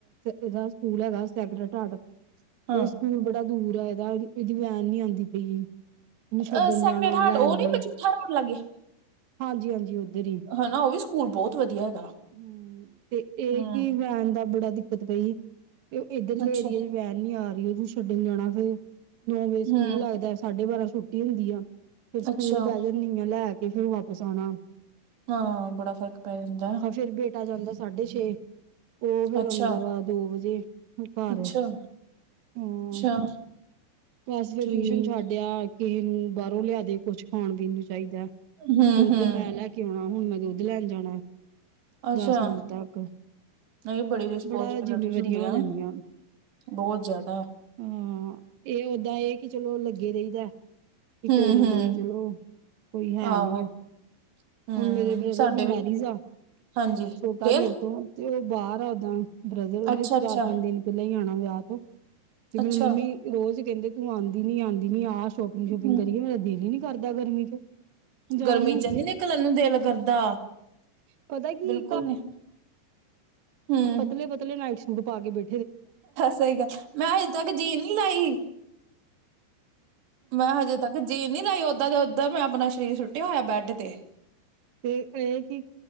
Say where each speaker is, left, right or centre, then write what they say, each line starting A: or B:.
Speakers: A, on the right; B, on the right.
A: ਇਹਦਾ ਸਕੂਲ ਹੈਗਾ ਸੈਕਰਟ ਹਾਡ
B: ਹਾਂ
A: ਇਹ ਸਕੂਲ ਬੜਾ ਦੂਰ ਹੇਗਾ ਇਹਦਾ ਇਹਦੀ ਵੈਨ ਨੀ ਆਉਂਦੀ ਪਈ। ਨੂੰ ਛੱਡਣ
B: ਅ ਸੈਕਰਡ
A: ਜਾਣਾ
B: ਹਾਰਟ
A: ਲੈਣ
B: ਉਹ ਨੀ
A: ਜਾਣਾ
B: ਮਜੀਠਾ ਰੋਡ ਲਾਗੇ
A: ਹਾਂਜੀ-ਹਾਂਜੀ ਓਧਰ ਈ।
B: ਹਨਾ ਓ ਵੀ ਸਕੂਲ ਬੋਤ ਵਧੀਆ ਹੈਗਾ।
A: ਹੂੰ ਤੇ ਏ
B: ਹੂੰ
A: ਕੀ ਵੈਨ ਦਾ ਬੜਾ ਦਿੱਕਤ ਪਈ ਏ ਇੱਧਰਲੇ
B: ਅੱਛਾ
A: ਏਰੀਏ ਵੈਨ ਨੀ ਆਰੀ ਓ ਜੂ ਛੱਡਣ ਜਾਣਾ ਫਿਰ ਨੌ ਵਜੇ ਸਕੂਲ
B: ਹੂੰ
A: ਲੱਗਦੈ ਸਾਡੇ ਬਾਰਾਂ ਛੁੱਟੀ ਹੁੰਦੀ ਆ। ਫੇਰ ਸਕੂਲ
B: ਅੱਛਾ
A: ਬੈ ਜਾਂਨੀ ਆ ਲੈ ਕੇ ਫਿਰ ਵਾਪਿਸ ਆਣਾ।
B: ਹਾਂ ਬੜਾ ਫ਼ਰਕ ਪੈ ਜਾਂਦੈ।
A: ਫੇਰ ਬੇਟਾ ਜਾਂਦਾ ਸਾਡੇ ਛੇ। ਤੇ ਫੇਰ
B: ਅੱਛਾ,
A: ਓੰਦਾ ਵਾ ਦੋ ਵਜੇ ਵੀ ਘਰ।
B: ਅੱਛਾ,
A: ਹਾਂ
B: ਅੱਛਾ
A: ਬਸ ਫਿਰ
B: ਠੀਕ
A: ਟਿਊਸ਼ਨ ਛੱਡਿਆ। ਕਿਹੇ ਨੂੰ ਬਾਰੋਂ ਲਿਆ ਦੇ ਕੁਛ ਖਾਣ-ਪੀਨ ਨੂੰ ਚਾਈਦੈ
B: ਹੂੰ-ਹੂੰ
A: ਦੁੱਧ ਮੈ ਲੈ ਕੇ ਓਣਾ ਹੁਣ ਮੈਂ ਦੁੱਧ ਲੈਣ ਜਾਣਾ।
B: ਅੱਛਾ
A: ਦਸ ਮਿੰਟ ਤੱਕ
B: ਨਈ ਬੜੀ ਰਿਸਪੋਂਸੀਬਿਲਟੀਜ਼
A: ਬੜਾ ਜਿੰਮੇਵਾਰੀਆਂ
B: ਹੁੰਦੀਆਂ।
A: ਹੋ ਜਾਂਦੀਆਂ
B: ਬੋ ਜਾਦਾ।
A: ਹਾਂ ਏ ਓਦਾਂ ਏ ਕੀ ਚਲੋ ਲੱਗੇ ਰਈਦੈ। ਕੀ
B: ਹੂੰ-ਹੂੰ
A: ਕੋਈ ਨਾ ਕੋਈ ਚਲੋ ਕੋਈ ਹੈ
B: ਆਹੋ
A: ਨੀ ਆ।
B: ਹੂੰ
A: ਹੁਣ ਮੇਰੇ ਬ੍ਰਦਰ
B: ਸਾਡੇ
A: ਦੀ ਮੈਰਿਜ
B: ਵੀ
A: ਆ
B: ਹਾਂਜੀ
A: ਛੋਟਾ
B: ਰੇਲ
A: ਮੇਰੇ ਤੋਂ। ਤੇ ਓ ਬਾਰ ਆ ਓਦਾਂ ਬ੍ਰਦਰ ਓਨੇ
B: ਅੱਛਾ-ਅੱਛਾ,
A: ਚਾਰ-ਪੰਜ ਦਿਨ ਪੈਲਾਂ ਈ ਆਣਾ ਵਿਆਹ ਤੋਂ। ਤੇ ਮੇਰੀ
B: ਅੱਛਾ
A: ਮੰਮੀ
B: ਅੱਛਾ
A: ਰੋਜ਼ ਕੈਂਦੇ ਤੂੰ ਆਂਦੀ ਨੀ ਆਂਦੀ ਨੀ ਆ ਸ਼ੋਪਿੰਗ - ਸ਼ੋਪਿੰਗ
B: ਹੂੰ
A: ਕਰੀਏ ਮੇਰਾ ਦਿਲ ਈ ਨੀ ਕਰਦਾ ਗਰਮੀ ਚ। ਜਾਣ
B: ਗਰਮੀ
A: ਨੂੰ
B: ਚ ਨੀ ਨਿਕਲਣੇ ਨੂੰ ਦਿਲ ਕਰਦਾ
A: ਪਤਾ ਕੀ
B: ਬਿਲਕੁੱਲ ਨੀ। ਹੂੰ।
A: ਪਤਲੇ-ਪਤਲੇ ਨਾਈਟ ਸੁਟ ਪਾ ਕੇ ਬੈ
B: ਸਈ ਗੱਲ ਮੈਂ ਅਜੇ ਤੱਕ ਜੀਨ ਨੀ ਲਾਈ। ਮੈਂ ਹਜੇ ਤੱਕ ਜੀਨ ਨੀ ਲਾਈ ਓਦਾਂ ਦੇ ਓਦਾਂ ਮੈਂ ਆਪਣਾ ਸਰੀਰ ਸੁੱਟਿਆ ਹੋਇਆ ਬੈਡ ਤੇ।
A: ਤੇ ਏ ਕੀ